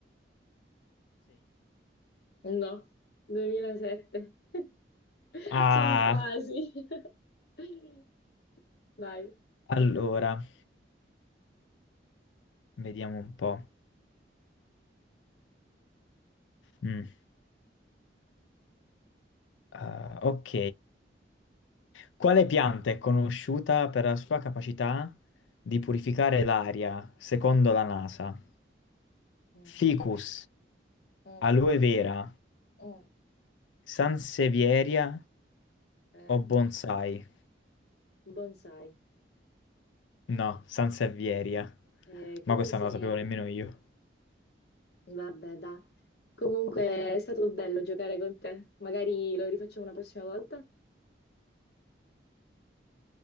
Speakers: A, on the left; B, on the left.
A: No, 2007. <laughs>
B: Ah,
A: C'eri quasi. <laughs> Vai,
B: allora,
A: tocca a te.
B: vediamo un po'. Mm, ah, ok. Quale pianta è conosciuta per la sua capacità di purificare l'aria, secondo la NASA?
A: Mm,
B: Ficus,
A: mm,
B: aloe vera,
A: mm.
B: sansevieria
A: Eh,
B: o bonsai?
A: bonsai.
B: No, San Servieria.
A: Eh,
B: Ma
A: che
B: questa
A: cos'è?
B: non la sapevo nemmeno io.
A: Vabbè, dai. Comunque è stato bello giocare con te. Magari lo rifacciamo una prossima volta.